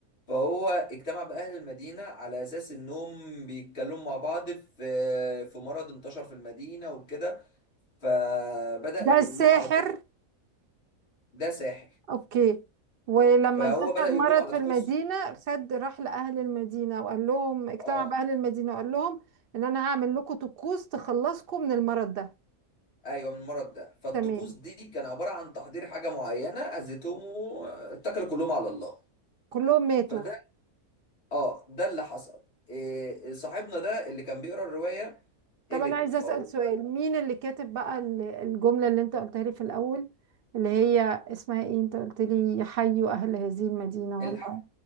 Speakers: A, on the left; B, on the right.
A: فهو اجتمع باهل المدينه على اساس انهم بيتكلموا مع بعض في في مرض انتشر في المدينه وكده فبدا
B: ده
A: يقول
B: الساحر
A: لهم على الطقوس ده ساحر
B: اوكي ولما
A: فهو
B: انتشر
A: بدا يقول
B: مرض
A: لهم على
B: في
A: طقوس
B: المدينة سد راح لأهل المدينة وقال لهم اجتمع
A: اه
B: بأهل المدينة وقال لهم ان انا هعمل لكم طقوس تخلصكم من المرض ده
A: ايوه من المرض ده فالطقوس
B: تمام
A: دي كان عباره عن تحضير حاجه معينه اذتهم واتكلوا كلهم على الله
B: كلهم ماتوا
A: فده اه ده اللي حصل إيه صاحبنا ده اللي كان بيقرا الروايه
B: طب
A: قلق
B: انا عايزة
A: فهو
B: أسأل سؤال مين اللي كاتب بقى ال- الجملة اللي انت قلتها لي في الأول اللي هي اسمها ايه انت قلت لي حيوا أهل هذه المدينة
A: الحق
B: ولا